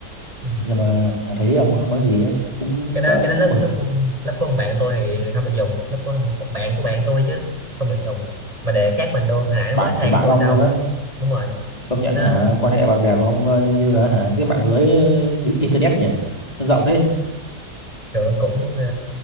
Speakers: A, on the right; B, on the left.
A: Ừ.
B: nhưng mà thấy ông không nói gì ấy cũng
A: cái đó
B: đỡ
A: cái đó lớp
B: cũng mừng
A: lớp của, lớp của ông bạn tôi thì không được dùng lớp của một bạn của bạn tôi chứ không được dùng mà đề khác mình luôn hồi nãy nó
B: bạn
A: mới than
B: của bạn
A: với tôi
B: ông
A: xong
B: luôn á
A: đúng rồi
B: công nhận
A: nó
B: hả quan hệ bạn bè của ông ờ, như, như là hả cái mạng lưới ờ, internet ấy nhỉ nó rộng thế
A: kiểu cũng ờ,